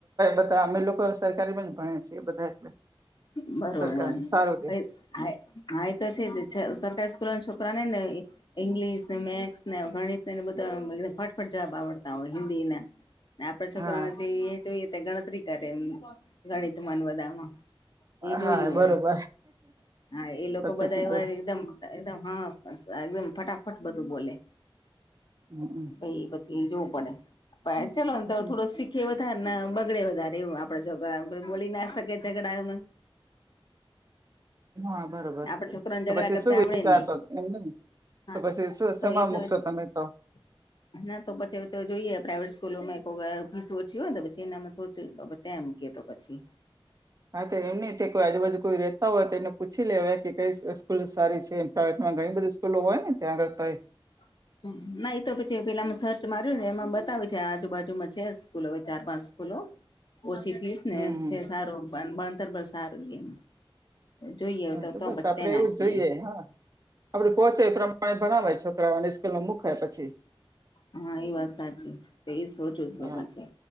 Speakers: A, on the right; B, on the left.
A: બધા અમે લોકો સરકારીમાં ભણે છે એ બધા એટલે.
B: બરોબર,
A: સરકારમાં
B: કયું.
A: સારું રે
B: હાય, હા, એતો છે સરકારી સ્કૂલના છોકરાને નઈ. ઈંગ્લિશને, મેક્સને, ગણિતનેને બધાં અમ ફટફટ જવાબ આવડતા હોય હિન્દીના. આપણા છોકરોઓને
A: હા
B: જે જોઈએ તે ગણતરી કરે એમ ગણિતમાં ને બધામાં. એ
A: હા,
B: જોયું
A: બરોબર.
B: હોય હા, એ લોકો
A: સાચું
B: બધાં
A: કીધું
B: એવા એકદમ એકદમ‌, હા, એકદમ ફટાફટ બધું બોલે
A: હમ
B: એ બધું. ઈ જોવું પડે ચાલો
A: હમ
B: થોડો સી કે વધાર ના બગડે વધારે એવું આપડે છોકરા બોલી ના શકે ઝઘડામાં.
A: હા, બરોબર
B: આપડે
A: છે.
B: છોકરાને
A: તો
B: ઝઘડા
A: પછી
B: કરતા
A: શું વિચારશો
B: આવડે નહી
A: એમ નહી.
B: હા
A: તો પછી શું
B: તો
A: શેમાં
B: એ જ
A: મૂકશો તમે તો.
B: <inaudible> ના, તો પછી તો જોઈએ પ્રાઇવેટ સ્કૂલોમાં <unintelligible> ફીસ ઓછી હોય તો પછી એનામાં સોચ્યે તો પ ત્યાં મૂકીએ તો પછી.
A: હા, તો એમની કોઈ આજુબાજુ કોઈ રહેતા હોય તો એને પૂછી લેવાય કે કઈ સ્કૂલ સારી છે એમ. પ્રાઇવેટમાં ઘણી બધી સ્કૂલો હોય ને ત્યાં આગળ તય.
B: <inaudible> ના, ઈતો પછી પેલા સર્ચ માર્યુંને એમાં બતાવે છે. આજુબાજુમાં છે સ્કૂલો હવે ચાર પાંચ સ્કૂલો. ઓછી ફીસને
A: હમ હમ
B: છે સારું ભણતર પણ સારું ઈએમ. જોઈએ
A: હા
B: તોતો
A: તો બસ
B: બચતે
A: આપડે
B: નાથી.
A: એવું જ જોઈએ હા, આપડે પોહચે એ પ્રમાણે ભણાવાય છોકરાઓને સ્કૂલમાં મુકાય પછી
B: હા, એ વાત સાચી એજ સોચું છુ
A: હા
B: પછી.